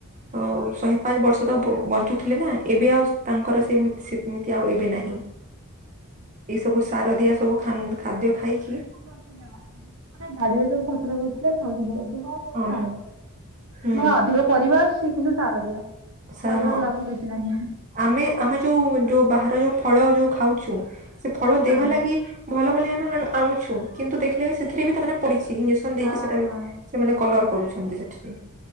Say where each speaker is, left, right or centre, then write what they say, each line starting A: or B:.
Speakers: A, on the right; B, on the right.
A: ଅ ଶହେ ବର୍ଷ ତ ବଞ୍ଚୁଥିଲେ ନା ଏବେ ଆଉ ତାଙ୍କର ସେମିତି ଏମିତି ଆଉ ଏବେ ନାହିଁ ଏଇ ସବୁ ସାର ଦିଆ ସବୁ ଖାନ୍ ଖାଦ୍ୟ ଖାଇକି
B: ଆମାନେ ବାଡି଼ରେ ଯୋଉ ସବୁ ଫସଲ କରିଥିଲେ ଖାଉଥିଲେ ଏବେ କଣ ସବୁ
A: ହଁ
B: ସାର
A: ହୁଁ
B: ମାନେ ଅଧିକ ପରିବା ଆଛି କିନ୍ତୁ ସାର ଦିଆ
A: ସା
B: ପରିବାର
A: ହଁ
B: ଲାଭ କିଛି ନାହିଁ
A: ଆମେ ଆମେ ଯୋଉ ଯୋଉ ବାହାର ଯୋଉ ଫଳ ଯୋଉ ଖାଉଛୁ ସେ ଫଳ ଦେହ
B: ହଁ
A: ଲାଗି ଭଲ ବୋଲି ଆମେ ଆଣୁ- ଆଣୁଛୁ କିନ୍ତୁ ଦେଖିଲେ ବି ସେଥିରେ ବି ତାମାନେ ପଡି଼ଛି ଇଞ୍ଜେକ୍ସନ ଦେଇକି
B: ହଁ
A: ସେଟା
B: ହଁ।
A: ସେମାନେ କଲର କରୁଛନ୍ତି ସେଠରେ